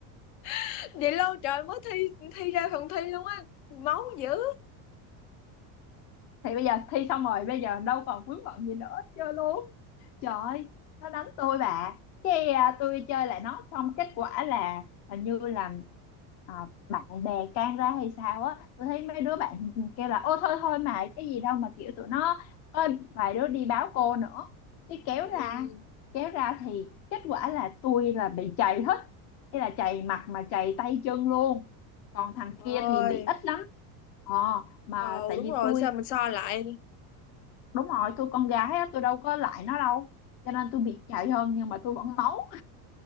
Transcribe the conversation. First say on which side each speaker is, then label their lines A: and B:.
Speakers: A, on the left; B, on the left.
A: <laughs> vậy lâu trời mới thi thi ra phần thi luôn á máu dữ
B: thì bây giờ thi xong rồi bây giờ đâu còn vướng bận gì nữa chơi luôn trời ơi, nó đánh tôi bà cái à, tôi chơi lại nó xong kết quả là hình như là à, bạn bè can ra hay sao á tôi thấy mấy đứa bạn kêu là ô thôi thôi mà cái gì đâu mà kiểu tụi nó có vài đứa đi báo cô nữa cái kéo
A: ừ
B: ra kéo ra thì kết quả là tôi là bị chày hết thế là chày mặt mà chày tay chân luôn còn thằng
A: trời
B: kia thì bị ít lắm ờ mà
A: Ờ
B: tại
A: đúng
B: vì
A: rồi
B: tôi
A: sao mình so lại
B: đúng rồi tôi con gái á tôi đâu có lại nó đâu cho nên tôi biệt chạy hơn nhưng mà tôi vẫn máu,